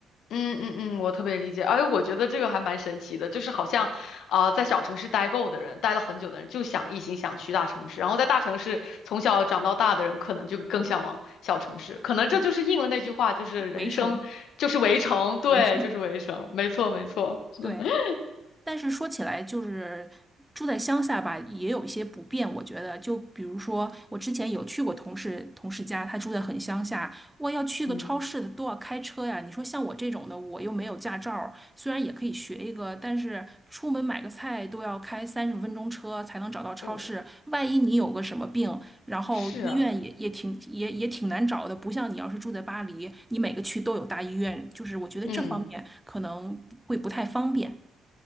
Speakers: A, on the left; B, in the centre.
A: 嗯嗯嗯，我特别理解，而且我觉得这个还蛮神奇的，就是好像，啊，在小城市待够的人，待了很久的人，就想一心想去大城市，然后在大城市从小长到大的人，可能就更向往小城市，可能这就是应了那句话，
B: 嗯
A: 就是人生就是围城，
B: 围城，
A: 对，
B: 围城，
A: 就是围城，没错没错，
B: <laughs>
A: <laughs>
B: 对。但是说起来，就是住在乡下吧，也有一些不便。我觉得，就比如说，我之前有去过同事同事家，他住在很乡下，我要去个超市的都要开车呀。
A: 嗯，
B: 你说像我这种的，我又没有驾照儿虽然也可以学一个，但是出门买个菜都要开三十分钟车才能找到超市。
A: 哦，
B: 万一你有个什么病，然后医院也也挺也也挺难找的，
A: 是啊，
B: 不像你要是住在巴黎，你每个区都有大医院，就是我觉得这方面可能会不太方便。
A: 嗯，